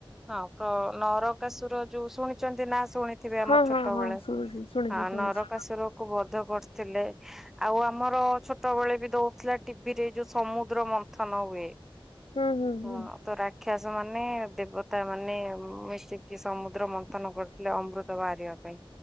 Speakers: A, in the centre; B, on the left (about 75°).
A: ହଁ ତ ନରକାସୁର ଯୋଉ ଶୁଣିଛନ୍ତି ନା ଶୁଣିଥିବେ
B: ହଁ
A: ଆମ ଛୋଟବେଳେ
B: ହଁ ହଁ ଶୁଣୁଛି ଶୁଣିଛି
A: ହଁ
B: ଶୁଣିଛି
A: ନରକାସୁର କୁ ବଧ କରିଥିଲେ ଆଉ ଆ ଆମର ଛୋଟବେଳେ ବି ଦଉଥିଲା ଟିଭି ରେ ଯୋଉ ସମୁଦ୍ର ମନ୍ଥନ ହୁଏ।
B: ହୁଁ ହୁଁ ହୁଁ।
A: ହଁ ତ ରାକ୍ଷାସ ମାନେ ଦେବତା ମାନେ ମିଶିକି ସମୁଦ୍ର ମନ୍ଥନ କରିଥିଲେ ଅମୃତ ବାହାରିବା ପାଇଁ